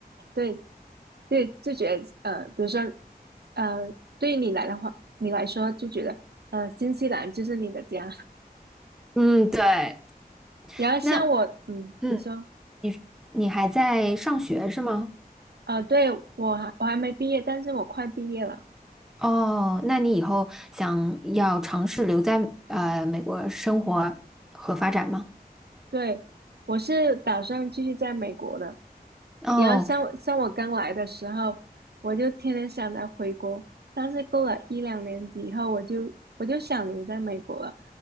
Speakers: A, on the right; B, in the centre.
A: 对对，就觉得呃，比如说，呃，对于你来的话，你来说就觉得，呃，新西兰就是你的家。
B: 嗯，对。
A: <laughs> 然后像我，
B: 那
A: 嗯，
B: 嗯，
A: 你说，
B: 你还在上学是吗？
A: 呃，对，我还我还没毕业，但是我快毕业了。
B: 哦，那你以后想要尝试留在呃美国生活和发展吗？
A: 对，我是打算继续在美国的。
B: 哦，
A: 然后像我像我刚来的时候，我就天天想着回国，但是过了一两年级以后，我就我就想留在美国了。